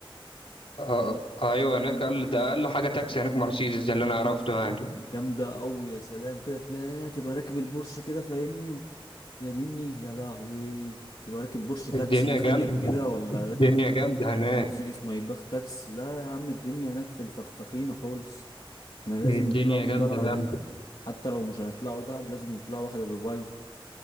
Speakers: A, on the left; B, on the left.
A: آه
B: نروح
A: أيوه هناك قال ده أقل حاجة تاكسي هناك مرسيدس ده اللي أنا عرفته
B: يس.
A: يعني
B: جامدة أوي يا سلام كده تلاقي تبقى راكب البورش كده فاهمني و... يا ديني يا لهوي تبقى راكب بورش تاكسي
A: الدنيا
B: تخيل
A: جامدة
B: كده ولا
A: الدنيا
B: راكب
A: جامدة هناك
B: مرسيدس ما يبخ تاكس لا يا عم الدنيا هناك في الفخفخينة خالص احنا
A: الدنيا
B: لازم نطلعوا الطلعة
A: جامدة جامدة
B: دي حتى لو مش هنطلعوا دهب لازم نطلعوا واحدة دبي